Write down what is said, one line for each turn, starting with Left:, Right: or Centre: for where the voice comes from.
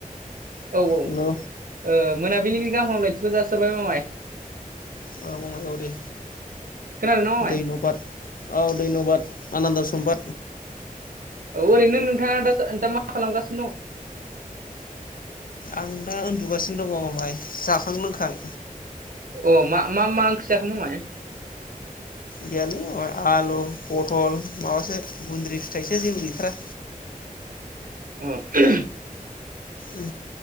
Right: औ औ ओ
Left: हेलौ
Right: मोनाबिलिनि गाहाम हामलायथिखौ जासिहरबाय मामाय
Left: अ मामाय औ दे
Right: खोनादोंना ममाइ
Left: धैनबाद औ धैन्बाद आनन्द समबाद
Right: औ ओरैनो नोंथाङा दा दा मा खालामगास
Left: आं दा ओन्दु गासिनो दङ मामाय जाखां लोंखां
Right: अ मा मा मा ओंख्रि जाखो मामाय?
Left: गैयालै मामाय आलु पतल माबासो गुन्द्रि फिथाइसो जेबो गैथारा
Right: <unintelligible>
Left: उ